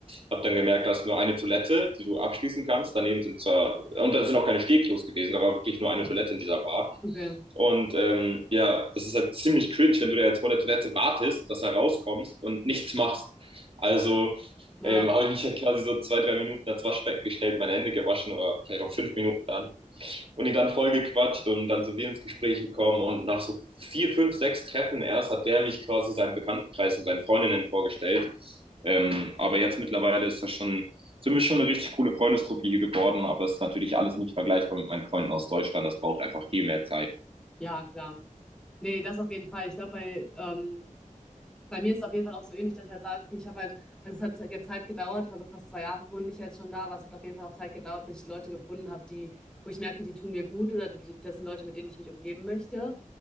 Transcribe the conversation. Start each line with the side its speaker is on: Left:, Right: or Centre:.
Right: habe dann gemerkt, da ist nur eine Toilette, die du abschließen kannst. Daneben sind zwar, und da sind auch keine Stehklos gewesen, da war wirklich nur eine Toilette in dieser Bar.
Centre: Okay,
Right: Und ähm, ja, das ist halt ziemlich cringe, wenn du da jetzt vor der Toilette wartest, dass er rauskommst und nichts machst. Also
Centre: ja.
Right: ähm, habe ich mich halt quasi so zwei, drei Minuten ans Waschbecken gestellt, meine Hände gewaschen oder vielleicht auch fünf Minuten dann und ihn dann voll gequatscht und dann sind wir ins Gespräch gekommen und nach so vier, fünf, sechs Treffen erst hat der mich quasi seinen Bekanntenkreis und seinen Freundinnen vorgestellt. Ähm, aber jetzt mittlerweile ist das schon, sind wir schon eine richtig coole Freundestruppe hier geworden, aber es ist natürlich alles nicht vergleichbar mit meinen Freunden aus Deutschland. Das braucht einfach viel mehr Zeit.
Centre: Ja, klar. Nee, das auf jeden Fall. Ich glaube, bei, ähm, Bei mir ist es auf jeden Fall auch so ähnlich, dass ich halt sage, okay, ich habe halt, also es hat jetzt Zeit gedauert, also fast zwei Jahre wohne ich jetzt schon da, aber es hat auf jeden Fall auch Zeit gedauert, bis ich die Leute gefunden habe, die, wo ich merke, die tun mir gut oder die, das sind Leute, mit denen ich mich umgeben möchte.